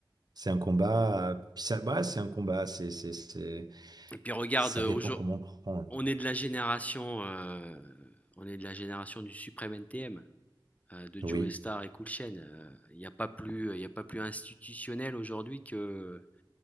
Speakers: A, on the right; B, on the left.
A: C'est un combat. euh, Puis ça, bah, c'est un combat. C'est, c'est, c'est-
B: Et puis regarde,
A: Ça
B: euh,
A: dépend
B: aujo-
A: comment on prend. hein.
B: on est de la génération, euh, on est de la génération du Suprême NTM, euh, de
A: Oui,
B: Joe Star et Cool Chain. Euh, Il n'y a pas plus, il y a pas plus institutionnel aujourd'hui que